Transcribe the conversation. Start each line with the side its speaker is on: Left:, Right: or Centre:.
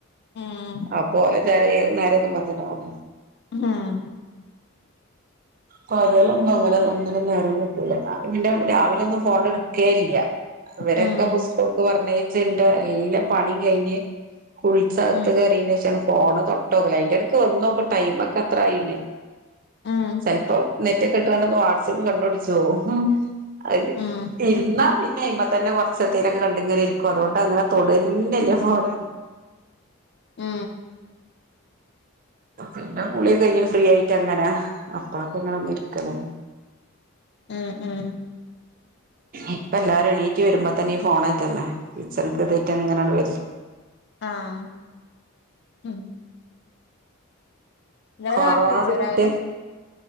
Left: ഉം
Right: അപ്പോലെ ചാരെ ഏത് നേരത്തും പറഞ്ഞിണ്ടാവും
Left: ആഹ്
Right: പകലൊന്നും അങ്ങനെ ഒന്നിനും നേരം കിട്ടൂല ഞാൻ പിന്നെ രാവിലൊന്നും ഫോണെട്ക്കേ ഇല്ല ഇവരൊക്കെ
Left: ഉം
Right: സ്കൂള്ക്ക് പറഞ്ഞയച്ച്ണ്ട് എല്ലാ പണിയും കയിഞ്ഞ് കുളിച്ചകത്ത്
Left: ഉം
Right: കയറിഞ്ഞ് ശേഷാണ് ഫോണ് തൊട്ടോക്കല് അയിന്റെടക്ക് വന്നോക്കും ടൈമൊക്കെത്രായീന്ന്
Left: ഉം
Right: ചെലപ്പൊ നെറ്റൊക്ക്ട്ടുകൊണ്ടൊന്ന് വാട്സാപ്പ് കണ്ണോടിച്ച് പോവും അത്
Left: ഉം
Right: ഇരുന്നാ പിന്നെ അയ്മത്തന്നെ കൊറച്ച് ട്ടെത്തേലൊക്കെ കണ്ടിങ്ങനിരിക്കും അതുകൊണ്ടങ്ങനെ തൊടെന്നില്ല ഫോണ്
Left: മ്
Right: പിന്നെ കുളിയൊക്കെ കഴിഞ്ഞ്ട്ട് ഫ്രീയായിട്ടങ്ങനെ <unintelligible> ഇരിക്കലേ
Left: മ് മ്
Right: ഇപ്പെല്ലാരും എണീറ്റ് വരുമ്പൊത്തന്നീ ഫോണെത്തന്നെ കിച്ചണ്ക്കേറീട്ടങ്ങനണ്ട് വരി
Left: ആഹ് മ് ഇങ്ങള്
Right: കൊറോണേട
Left: നേർത്തീച്ചോ
Right: കിറ്റ്
Left: രാവിലെ